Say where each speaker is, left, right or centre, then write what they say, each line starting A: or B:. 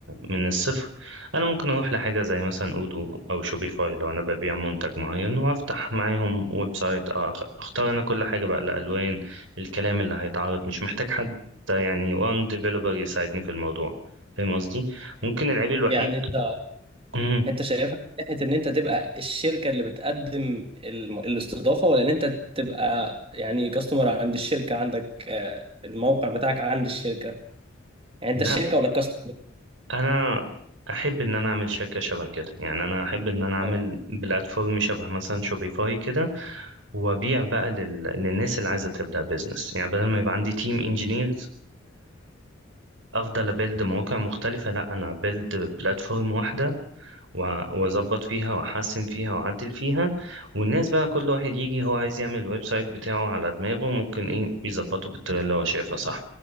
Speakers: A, on the right (about 75°); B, on the right (about 30°).
A: من الصفر انا ممكن اروح لحاجه زي مثلا اودو او شوبيفاي لو انا ببيع منتج معين وافتح معاهم ويب سايت آه، أخ- اختار انا كل حاجه بقى الالوان الكلام اللي هيتعرض مش محتاج حد يعني وان ديفلوبر يساعدني في الموضوع فاهم قصدي ممكن العيب الوحيد
B: يعني انت
A: مم،
B: انت شايفها من ناحيه ان انت تبقى الشركه اللي بتقدم الم- الاستضافه ولا ان انت تبقى يعني كاستمر عند الشركه عندك آه، الموقع بتاعك عند الشركه يعني انت
A: لا
B: الشركه ولا الكاستمر
A: انا احب ان انا اعمل شركه شبه كده يعني انا احب ان انا اعمل
B: اه
A: بلاتفورم شبه مثلا شوبيفاي كده وابيع بقى لل... للناس اللي عايزه تبدا بيزنس يعني بدل ما يبقى عندي تيم انجينيرز افضل ابيلد مواقع مختلفه لا انا بيلد بلاتفورم واحده وأ- واظبط فيها واحسن فيها واعدل فيها والناس بقى كل واحد يجي هو عايز يعمل الويب سايت بتاعه على دماغه ممكن ايه يظبطه بالطريقه اللي هو شايفها صح